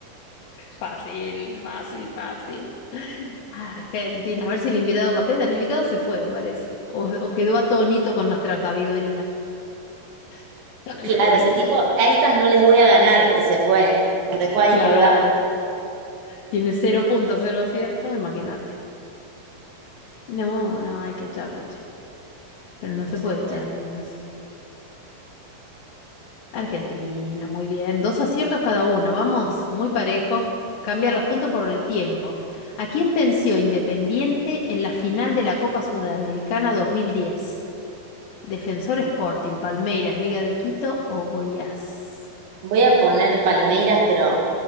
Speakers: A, on the left; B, on the right.
A: fácil, fácil, fácil. Argentina, a ver si el invitado contesta. El invitado se fue, me parece. O, o quedó atónito con nuestra sabiduría. <laughs>
B: <laughs>
A: Algo
B: Claro,
A: de
B: se
A: eso.
B: dijo, a estas no les voy a ganar y se fue. Y nos dejó ahí
A: Claro.
B: colgados.
A: Tiene 0.0 acierto, imagínate. No, no, hay que echarlo, che. Pero no
B: No
A: se
B: se
A: puede
B: puede.
A: echar ahí, no sé. Argentina, muy bien. Dos aciertos cada uno, vamos, muy parejos. Cambia los puntos por el tiempo. ¿A quién venció Independiente en la final de la Copa Sudamericana 2010? ¿Defensor Sporting, Palmeiras, Liga de Quito o Goiás?
B: Voy a poner Palmeiras, pero